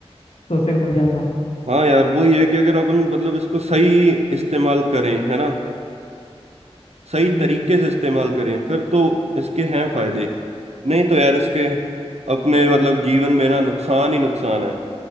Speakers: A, on the left; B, on the right.
A: सोशल मीडिया का
B: हाँ यार वो ये है कि अगर अपन मतलब इसको सही इस्तेमाल करें है ना सही
A: हम्म
B: तरीके
A: हम्म।
B: से इस्तेमाल करें फिर तो इसके हैं फायदे नहीं तो यार इसके अपने मतलब जीवन में ना नुकसान ही नुकसान है